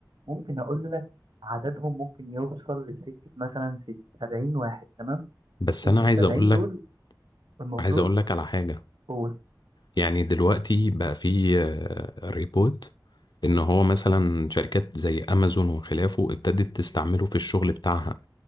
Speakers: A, on the right (about 80°); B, on the left (about 75°).
A: ممكن اقول لك عددهم ممكن يوصل لسكه مثلا ست- 70 واحد تمام
B: بس
A: انت
B: انا عايز
A: ال 70
B: اقول
A: دول
B: لك
A: المفروض
B: عايز اقول لك على حاجة
A: قول
B: يعني دلوقتي بقى في آه، ريبوت ان هو مثلا شركات زي امازون وخلافه ابتدت تستعمله في الشغل بتاعها